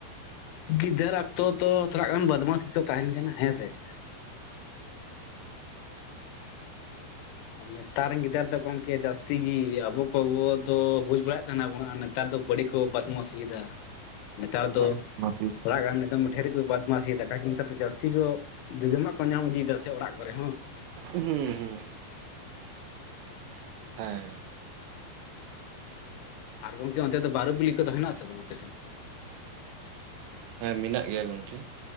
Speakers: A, on the left; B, on the right.
A: ᱜᱤᱫᱟᱹᱨ ᱚᱠᱛᱚ ᱛᱚ ᱛᱷᱚᱲᱟ ᱜᱟᱱ ᱵᱚᱫᱢᱟᱥ ᱜᱮᱠᱚ ᱛᱟᱸᱦᱮᱱ ᱠᱟᱱᱟ ᱦᱮᱸᱥᱮ ᱾ ᱱᱮᱛᱟᱨ ᱨᱮᱱ ᱜᱤᱫᱽᱨᱟ. ᱫᱚ ᱜᱚᱢᱠᱮ ᱡᱟᱹᱥᱛᱤ ᱜᱮ ᱟᱵᱚ ᱠᱚ ᱫᱚ ᱵᱚ ᱵᱩᱡᱽ ᱵᱟᱲᱟᱭᱮᱫ ᱛᱟᱸᱦᱮ ᱱᱟᱵᱚᱱ ᱟᱨ ᱱᱮᱛᱟᱨ ᱫᱚ ᱵᱟᱹᱲᱤᱡ ᱠᱚ ᱵᱟᱫᱢᱟᱥᱤᱭᱮᱫᱟ ᱾ ᱱᱮᱛᱟᱨ ᱫᱚ
B: ᱵᱟᱹᱲᱤᱡ ᱱᱟᱥᱮ ᱦᱮᱸ
A: ᱛᱷᱚᱲᱟ ᱜᱟᱱ <unintelligible> ᱰᱷᱮᱨ ᱜᱮᱠᱚ ᱵᱟᱫᱢᱟᱥᱤ ᱮᱫᱟ ᱱᱮᱛᱟᱨ ᱫᱚ ᱡᱟᱹᱥᱛᱤ ᱜᱚ ᱡᱚᱡᱚᱢᱟᱜ ᱠᱚ ᱧᱟᱢ ᱤᱫᱤᱭᱮᱫᱟ ᱥᱮ ᱚᱲᱟᱜ ᱠᱚᱨᱮ ᱦᱚᱸ ᱾
B: ᱦᱩᱸ ᱦᱩᱸ ᱦᱮᱸ
A: ᱟᱨ ᱜᱚᱝᱠᱮ ᱚᱱᱛᱮ ᱫᱚ ᱵᱟᱨᱩ ᱵᱤᱞᱤ ᱠᱚᱫᱚ ᱦᱮᱸᱱᱟᱜ ᱟᱥᱮ ᱵᱟᱝ ᱟᱯᱮᱥᱮᱱ?
B: ᱦᱮᱸ ᱢᱮᱱᱟᱜ ᱜᱮᱭᱟ ᱜᱚᱢᱠᱮ ᱾